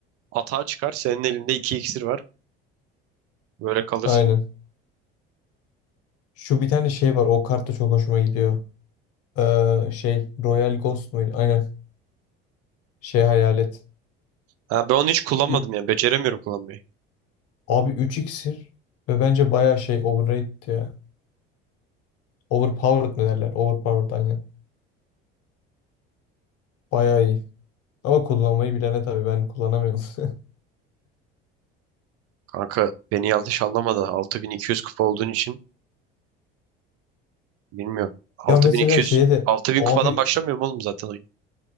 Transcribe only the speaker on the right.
Atağa çıkar. Senin elinde 2 iksir var. Böyle kalırsın.
Ha, ben onu hiç kullanmadım
ya Beceremiyorum kullanmayı.
Kanka beni yanlış anlama da 6200 kupa olduğun için bilmiyorum. altı
bin iki yüz
altı bin
kupadan başlamıyorum oğlum zaten oyun.